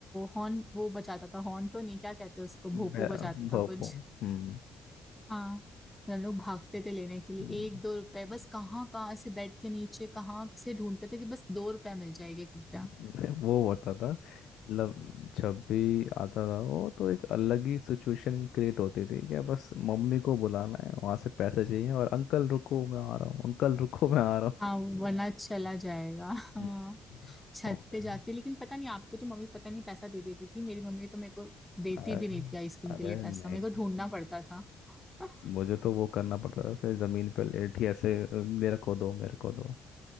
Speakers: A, in the centre; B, on the left.
A: हॉर्न वो बजाता था हॉर्न तो नहीं क्या कहते हैं उसको
B: बे-
A: भोपू बजाता
B: भोपो
A: था कुछ
B: हम्म
A: हाँ तो हम लोग भागते थे लेने के लिए
B: हम्म।
A: एक दो रुपए बस कहाँ कहाँ से बेड के नीचे कहाँ से ढूंढते थे कि बस दो रुपए मिल जाएगा एक रुपया
B: <laughs> वो होता था मतलब जब भी आता था वो तो एक अलग ही सिचुएशन क्रिएट होती थी क्या बस मम्मी को बुलाना है वहां से पैसे चाहिए और अंकल रुको मैं आ रहा हूँ अंकल रुको मैं आ रहा हूँ
A: हाँ वरना चला जाएगा हाँ
B: हम्म,
A: छत
B: मम्मी,
A: पे जाके लेकिन पता नहीं आपको तो मम्मी पता नहीं पैसा दे देती थी मेरी मम्मी तो मेरे को देती
B: अरे
A: भी नहीं थी आइसक्रीम
B: अरे
A: के लिए पैसा
B: नहीं
A: मेरे को ढूंढना पड़ता था हाँ
B: मुझे तो वो करना पड़ता था ऐसे जमीन पे लेट ही ऐसे "अ, मेरे को दो मेरे को दो